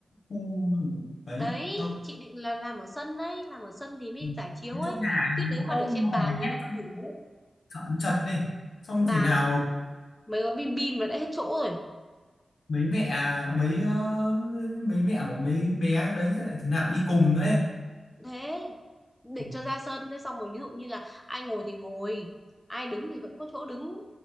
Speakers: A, on the left; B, in the centre.
A: khu đấy
B: đấy
A: đâu
B: chị định là làm ở sân đấy làm ở sân thì mới
A: Ừ.
B: giải chiếu
A: Thế
B: ấy
A: trong nhà
B: chứ
A: nó
B: nếu mà để trên bàn
A: hò
B: thì
A: hét
B: nó
A: trong
B: không đủ
A: sợ chật này xong
B: bàn
A: thế nào
B: nhá mấy gói bim bim là đã hết chỗ rồi
A: mấy mẹ mấy ờ, mấy mẹ của mấy bé đấy sẽ lại thế nào đi cùng nữa ấy
B: thế định
A: Ừ,
B: cho ra sân thế xong rồi ví dụ như là ai ngồi thì ngồi ai đứng thì vẫn có chỗ đứng